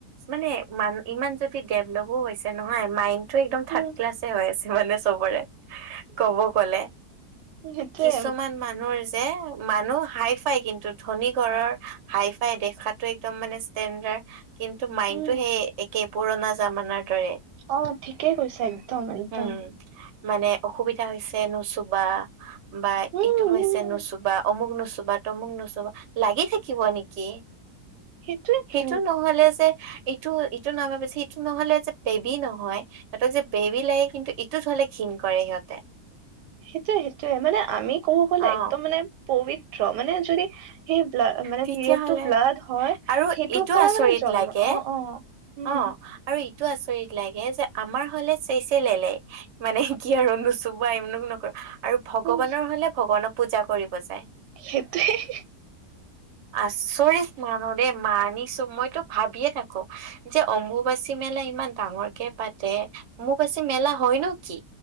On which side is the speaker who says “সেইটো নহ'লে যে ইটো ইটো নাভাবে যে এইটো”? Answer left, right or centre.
Right